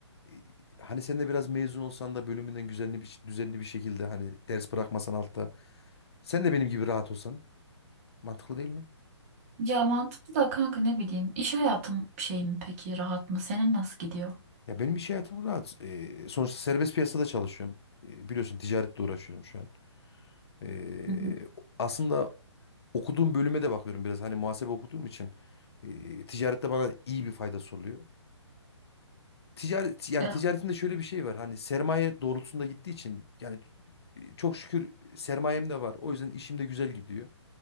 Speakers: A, on the left; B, on the right.
A: E, hani sen de biraz mezun olsan da bölümünden düzenli bir düzenli bir şekilde hani ders bırakmasan altta sen de benim gibi rahat olsan mantıklı değil mi?
B: Ya mantıklı da kanka ne bileyim iş hayatım şey mi peki rahat mı? Senin nasıl gidiyor?
A: Ya benim iş hayatım rahat. E, sonuçta serbest piyasada çalışıyorum. E, biliyorsun ticaretle uğraşıyorum şu an. E,
B: Hı hı.
A: aslında okuduğum bölüme de bakıyorum biraz hani muhasebe okuduğum için e, ticarette bana iyi bir faydası oluyor. ticaret yani
B: Ya,
A: ticaretimde şöyle bir şey var. Hani sermaye doğrultusunda gittiği için yani çok şükür sermayem de var. O yüzden işim de güzel gidiyor.